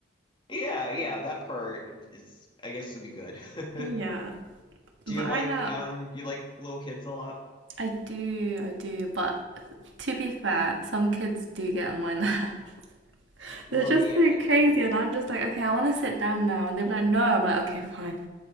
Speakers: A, on the left; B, on the right.
A: Yeah, yeah, that part is, I guess, would be good. <laughs>
B: Yeah.
A: Do
B: But
A: you
B: right
A: like
B: now,
A: um you like little kids a lot?
B: I do, I do. But to be fair, some kids do get on my nerves. <laughs>
A: Well,
B: They're just
A: yeah,
B: so
A: everyone.
B: crazy, and I'm just like, okay, I want to sit down now. And they're like, no. I'm like, okay, fine.